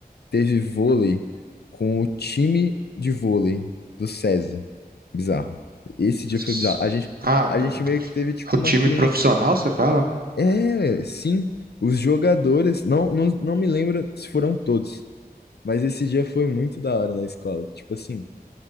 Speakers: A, on the left; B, on the right.
A: teve vôlei com o time de vôlei do SESI. Bizarro. Esse dia
B: Os-
A: foi bizarro. A gente,
B: Ah,
A: a
B: tá.
A: gente
B: tá.
A: meio que teve tipo
B: O
A: uma
B: time
A: clínica.
B: profissional, você fala?
A: É, sim, os jogadores. Não, não, não me lembro se foram todos, mas esse dia foi muito da hora na escola. que, Tipo assim,